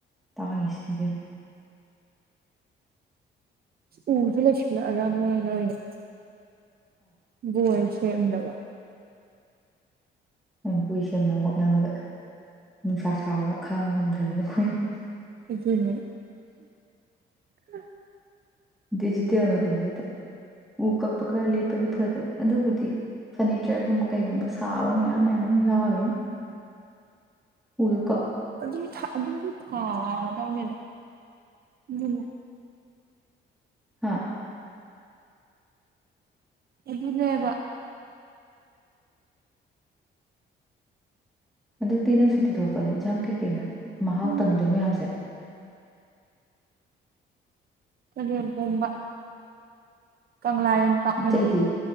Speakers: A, in the centre; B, on the right.
A: ꯇꯥꯡꯉꯦꯁꯤ ꯏꯕꯦꯝ
B: ꯎꯁꯨ ꯂꯣꯏꯁꯤꯜꯂꯛꯑꯒ ꯃꯣꯏꯅ ꯑꯣꯏꯅ ꯕꯣꯏ ꯂꯩꯔꯝꯗꯕ
A: ꯅꯪ ꯕꯣꯏ ꯁꯦꯝꯅꯕ ꯍꯣꯠꯅꯕꯗ ꯅꯨꯡꯁꯥ ꯁꯥꯕ ꯈꯥꯡꯕ ꯉꯝꯗ꯭ꯔꯕꯅꯤꯅ ꯑꯩꯈꯣꯏ ꯅ
B: ꯑꯗꯨꯅꯦ <inaudible>
A: ꯗꯤꯖꯤꯇꯦꯜ ꯃꯇꯝꯖꯤꯗ ꯎ ꯀꯛꯄ ꯈꯔ ꯂꯦꯞꯄꯗꯤ ꯐꯗꯕ ꯑꯗꯨꯕꯨꯗꯤ ꯐꯔꯅꯤꯆꯔꯒꯨꯝꯕ ꯀꯩꯒꯨꯝꯕ ꯁꯥꯕ ꯃꯌꯥꯝ ꯃꯌꯥꯝ ꯑꯃ ꯌꯥꯎꯔꯤꯅꯦ ꯎꯗꯨ
B: ꯑꯗꯨ ꯊꯥ ꯑꯗꯨꯝꯗꯤ ꯊꯥꯗꯧꯅꯦꯗ ꯑꯗꯨꯅꯤ
A: ꯍꯥꯥ
B: ꯑꯗꯨꯅꯦꯕꯥ
A: ꯍꯟꯗꯛꯇꯤ ꯅꯪ ꯁꯨꯇꯤ ꯊꯣꯛꯂꯛꯄꯗ ꯏꯟꯖꯥꯡ ꯀꯩ ꯀꯩꯅꯣ ꯃꯍꯥꯎ
B: ꯎꯝ
A: ꯇꯪꯗꯣꯏ ꯃꯌꯥꯝꯖꯦ
B: ꯆꯥꯒꯦꯝ ꯄꯣꯝꯕ ꯀꯪꯂꯥꯌꯦꯟ ꯄꯥꯛꯅꯝ
A: ꯑꯇꯩꯗꯤ